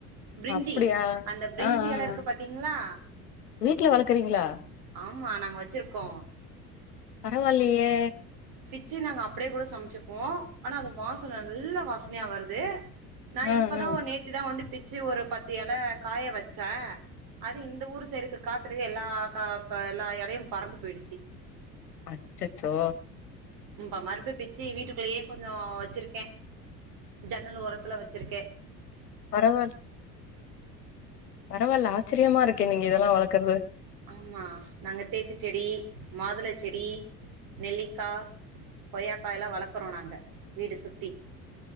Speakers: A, on the right (about 45°); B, on the left (about 70°).
A: பிரிஞ்சி
B: அப்டியா
A: அந்த பிரிஞ்சி
B: ஆ ஆ
A: இல
B: ஆ
A: இருக்கு பா்த்தீங்களா
B: வீட்ல வளக்குறீங்களா
A: ஆமா நாங்க வ க்கோ
B: <unintelligible> வல்லியே
A: சி நாங்க அப்டியே கூட சமைச்சுப்போம் ஆனா அது வாசன நல்ல வாசனயா வருது நான
B: ஆ
A: இப்தான்
B: ஆ
A: ஒரு நேத்திதான் வந்து பிச்சு ஒரு பத்து ஏல காய வச்சேன் அது இந்த ஊரு சைட் காத்துக்கு எல்லா கா எல்லா இலயும் பறந்து போயிடுச்சு
B: அச்சச்சோ
A: இப்ப மறுபடியும் பிச்சு வீட்டுக்குள்ளேயே கொஞ்சம் வச்சிருக்கேன் ஜன்னல் ஓரத்துல வச்சிருக்கேன்
B: பரவால்ல பரவால்ல ஆச்சரியமா இருக்கே நீங்க இதெல்லாம் வளர்க்கறது
A: ஆமா நாங்க தேக்கு செடி மாதுள செடி நெல்லிக்கா கொய்யாக்காய் எல்லாம் வளர்க்கறோம் நாங்க வீடு சுத்தி